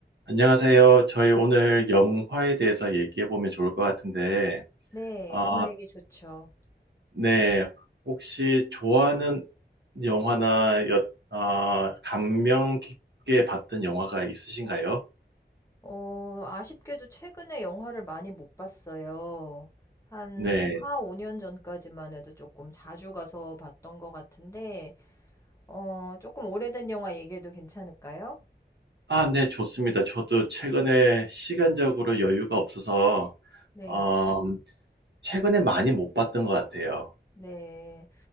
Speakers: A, on the right (about 75°); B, on the left (about 15°).
A: 안녕하세요. 저희 오늘 영화에 대해서 얘기해 보면 좋을 것 같은데,
B: 네,
A: 아,
B: 영화 얘기 좋죠.
A: 네. 혹시 좋아하는 영화나 여, 아, 감명 깊게 봤던 영화가 있으신가요?
B: 어, 아쉽게도 최근에 영화를 많이 못 봤어요. 한
A: 네.
B: 4, 5년 전까지만 해도 조금 자주 가서 봤던 것 같은데, 어, 조금 오래된 영화 얘기해도 괜찮을까요?
A: 아, 네, 좋습니다. 저도 최근에 시간적으로 여유가 없어서,
B: 네,
A: 음, 최근에 많이 못 봤던 것 같아요.
B: 네.